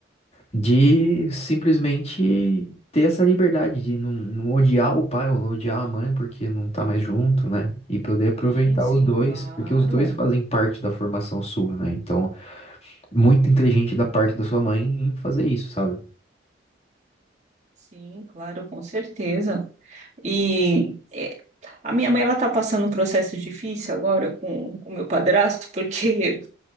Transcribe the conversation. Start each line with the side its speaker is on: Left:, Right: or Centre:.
Left: de simplesmente ter essa liberdade de não, não odiar o pai ou não odiar a mãe porque não tá mais junto, né? E poder aproveitar
Right: Sim, sim,
Left: os dois,
Right: claro.
Left: porque os dois fazem parte da formação sua, né? Então. Muito inteligente da parte da sua mãe em fazer isso, sabe?
Right: Sim, claro, com certeza. E é, a minha mãe ela está passando um processo difícil agora com o meu padrasto, porque